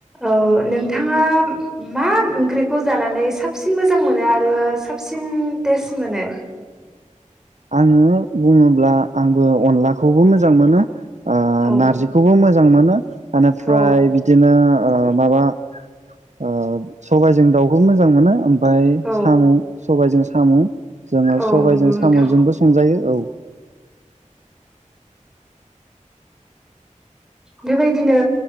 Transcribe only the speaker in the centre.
औ नोंथाङा मा ओंख्रिखौ जानानै साबसिन मोजां मोनो आरो साबसिन टेस्ट मोनो?
औ
औ
औ
औ
नंगौ नोंथां
बेबायदिनो